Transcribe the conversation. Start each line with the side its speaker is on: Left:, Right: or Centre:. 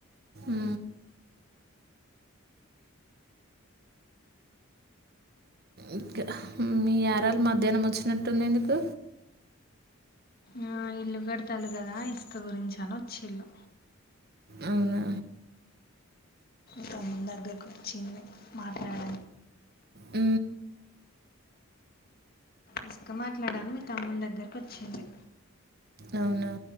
Right: ఊ ఇంకా మీ యరాలు మధ్యాహ్నం వచ్చినట్టుంది ఎందుకు
Left: ఆ, ఇల్లు కడతాల కదా ఇసుక గురించి అని వచ్చిల్లు
Right: అవునా
Left: తమ్ముని దగ్గరకు వచ్చింది మాట్లాడ
Right: ఊ
Left: ఇసుక మాట్లాడాను మీ తమ్ముని దగ్గరకి వచ్చింది.
Right: అవునా